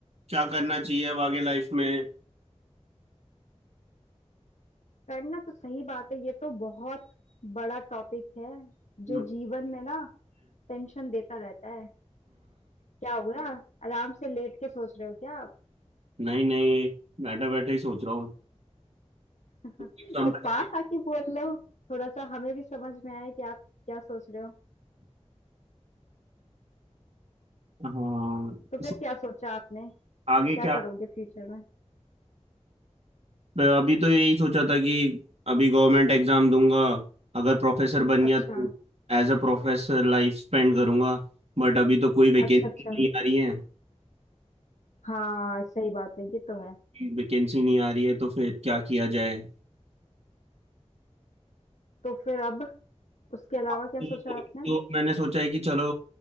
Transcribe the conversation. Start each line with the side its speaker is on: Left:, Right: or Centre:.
Right: क्या करना चाहिए अब आगे लाइफ में
Left: करना तो सही बात है ये तो बहुत बड़ा टॉपिक है
Right: हम्म
Left: जो जीवन में ना टेंशन देता रहता है क्या हो गया आराम से लेट के सोच रहे हो क्या आप
Right: नहीं नहीं बैठा बैठे ही सोच रहा हूँ
Left: <laughs>
Right: समझ-
Left: तो पास आके बोल लो थोड़ा सा हमें भी समझ में आए कि आप क्या सोच रहे हो
Right: हाँ
Left: तो
Right: सो-
Left: फिर क्या सोचा आपने
Right: आगे
Left: क्या
Right: क्या
Left: करोगे फ्यूचर में
Right: तो अभी तो यही सोचा था कि अभी गवर्नमेंट एग्जाम दूंगा अगर प्रोफेसर बन गया
Left: अच्छा
Right: तो as a professor life spend करूंगा बट अभी तो कोई वैकेंसी
Left: अच्छा अच्छा
Right: नहीं आ रही है
Left: हाँ सही बात है ये तो है
Right: वैकेंसी नहीं आ रही है तो फिर क्या किया जाए
Left: तो फिर अब उसके अलावा
Right: तो,
Left: क्या सोचा आपने
Right: तो मैंने सोचा है कि चलो